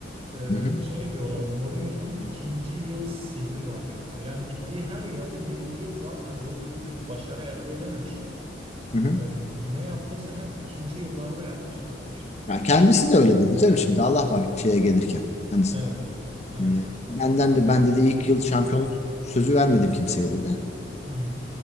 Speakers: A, on the right; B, on the left.
A: Ee,
B: Hı hı,
A: şey diyorlar Mourinho'nun ikinci yıl sihri var diyorlar. Yani gittiği her yerde birinci yıl zaten doğru düzgün bir başarı elde edememiş.
B: hı hı.
A: Ee, ne yaptıysa hep ikinci yıllarda yapmış diyorlar.
B: Ya kendisi de öyle dedi canım şimdi Allah var şeye gelirken. Hani
A: Evet. Evet.
B: e, benden de bende de ilk yıl şampiyonluk sözü vermedim kimseye dedi.
A: Hı hı.